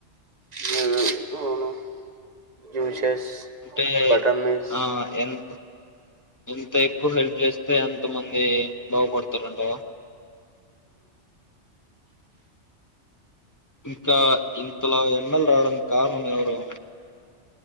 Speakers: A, on the right (about 35°); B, on the left (about 20°).
A: నను అవును జ్యూసెస్
B: <unintelligible>
A: బటర్
B: ఆ
A: మిల్స్
B: ఆ ఏమి ఎంత ఎక్కువ హెల్ప్ చేస్తే అంత మంది బాగుపడతారంట కదా ఇంకా ఇంతలో ఎండలు రాడానికి కారణం ఎవరు